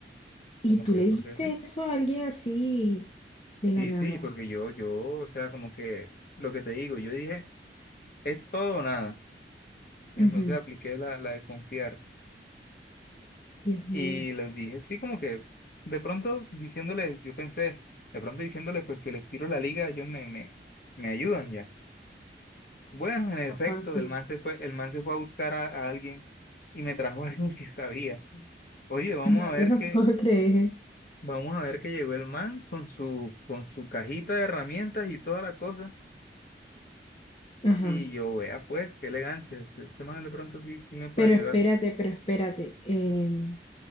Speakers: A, on the left; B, on the left.
A: ¿Y
B: Como
A: tú
B: que,
A: le dijiste
B: ¿por qué sí?
A: eso a alguien así de
B: Sí,
A: la nada?
B: sí, porque yo, yo, o sea, como que lo que te digo, yo dije, es todo o nada.
A: Ujú,
B: Entonces apliqué la, la de confiar.
A: Dios mío.
B: Y les dije, sí, como que de pronto diciéndoles, yo pensé, de pronto diciéndoles pues que les tiro la liga, ellos me, me, me ayudan ya. Bueno, en efecto,
A: Ajá, sí.
B: el man se fue, el man se fue a buscar a, a alguien y me trajo <laughs> a alguien que sabía. Oye, vamos
A: No
B: a ver
A: te lo
B: que,
A: <laughs> puedo creer.
B: vamos a ver que llegó el man con su, con su cajita de herramientas y toda la cosa.
A: Ajá.
B: Y yo, vea pues, qué elegancia, ese ese man de pronto sí, sí me puede
A: Pero
B: ayudar.
A: espérate, pero espérate. em,